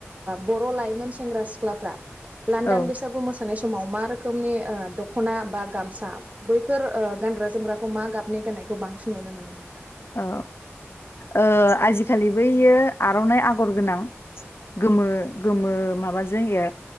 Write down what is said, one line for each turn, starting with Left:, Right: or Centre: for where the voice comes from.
Right: बर' लाइमोन। सेंग्रा सिख्लाफ्रा। लान्दान
Left: औ
Right: बैसागु मोसानाय समाव मा। रोखोमनि ओ दख'ना बा गामसा। बैफोर ओ गानग्रा जोमग्राखौ मा गाबनि गाननायखौ बांसिन नुनो मोनो नोंथां?
Left: औ औ आजिखालि बैयो आर'नाइ आगर गोनां गोमो गोमो माबाजोंयो